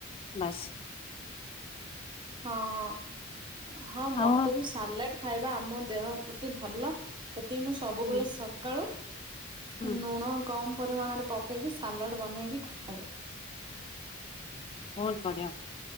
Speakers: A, on the left; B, on the right.
A: ବାସ।
B: ହଁ ହଁ ହଁ ମତେ
A: ଆଉ
B: ବି। ସାଲାଡ ଖାଇବା ଆମ ଦେହ ପ୍ରତି ଭଲ ସେଥିପାଇଁ ମୁଁ ସବୁବେଳେ
A: ହୁଁ
B: ସକାଳୁ।
A: ହୁଁ
B: ଣୁଣ କମ ପରିମାଣରେ ପକେଇକି ସାଲାଡ ବନେଇକି ଖାଏ।
A: ବହୁତ ବଢିଆ